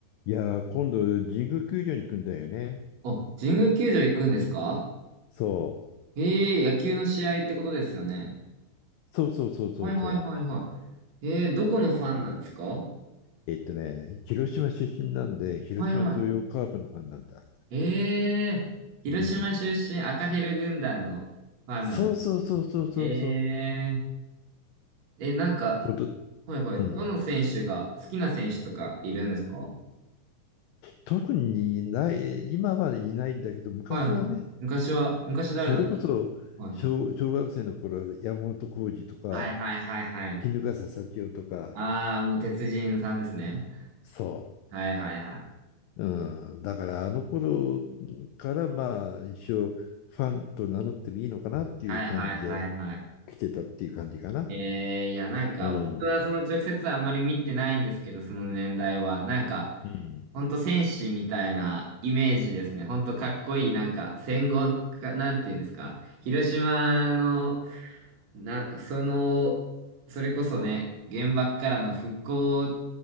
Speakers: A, on the left; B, on the right.
A: いやー、今度、神宮球場に行くんだよね。
B: あ、神宮球場行くんですか
A: そう。
B: へえ、野球の試合ってことですよね。
A: そうそうそうそうそう。
B: はいはいはいはい。えー、どこのファンなんですか
A: えっとね、広島出身なんで、広島東洋カープのファンなんだ。
B: はいはい。えー、広島出身赤ヘル軍団のファンなんです。
A: うん。そうそうそうそうそうそう。
B: えー、え、なんか、
A: こと、
B: はいはい。
A: うん。
B: どの選手が、好きな選手とかいるんですかは
A: 特にない、今はいないんだけど、昔はね、
B: いはい。昔は、昔誰だったのはいはい。
A: それこそ小、小学生の頃、山本浩二とか、
B: はいはいはいはい。
A: 衣笠幸男とか、
B: あー、もう鉄人さんですね。
A: そう。
B: はいはいはい。
A: うん、だからあの頃からまあ一応ファンと名乗ってもいいのかなっていう感じで
B: はいはいはいはい。
A: 来てたっていう感じかな。
B: ええいや、なんか、
A: うん。
B: 僕はその直接あんまり見てないんですけど、その年代は。なんか、
A: うん。
B: ほんと戦士みたいなイメージですね。ほんとかっこいい、なんか、戦後か、なんていうんですか。広島の、な、その、それこそね、原爆からの復興